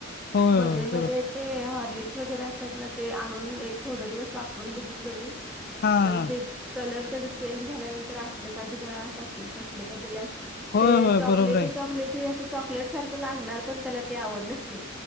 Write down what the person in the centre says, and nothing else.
मध्ये
मध्ये
ते हॉर्लिक्स वगैरे असतात ना ते आणून एक थोड दिवस वापरून बघितलं मी.
पण ते कलर त्या चेंज झाल्यानंतर अस का दिला अस असले का दिला अस
ते
चॉकलेटी
चॉकलेटी अस चॉक चॉकलेट सारखं लागणार पण त्याला ते आवडलंच नाही